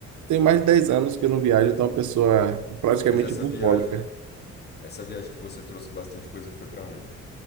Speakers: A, on the right (about 75°); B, on the left (about 35°).
A: Tem mais de 10 anos que eu não viajo, então é uma pessoa praticamente
B: Mas essa
A: bucólica.
B: viagem, essa viagem que você trouxe bastante coisa foi pra onde?